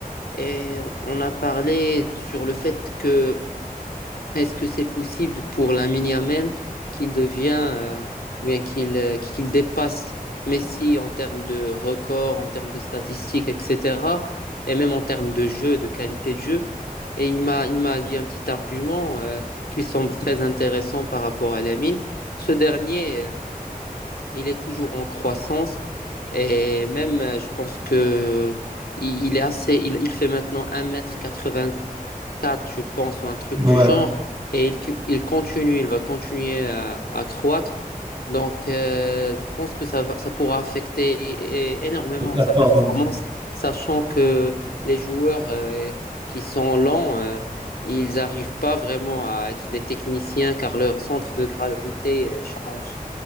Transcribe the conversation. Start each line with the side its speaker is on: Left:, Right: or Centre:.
Left: et on on a parlé sur le fait que est-ce que c'est possible pour Lamine Yamal qu'il devient, euh, ou bien qu'il euh, qu'il dépasse Messi en termes de records, en termes de statistiques, etc. Et même en termes de jeu, de qualité de jeu. Et il m'a, il m'a dit un petit argument euh, qui semble très intéressant par rapport à Lamine. Ce dernier euh, il est toujours en croissance et même euh, je pense que il, il est assez il, il fait maintenant un mètre quatre-vingt-quatre je pense ou un truc
Right: ouais,
Left: du genre et il, cu- il continue il va continuer à, à croître donc euh, je pense que ça va- ça pourra affecter é- énormément
Right: cette performance.
Left: sa performance sachant que les joueurs euh, qui sont lents euh, ils n'arrivent pas vraiment à être des techniciens car leur centre de gravité euh, change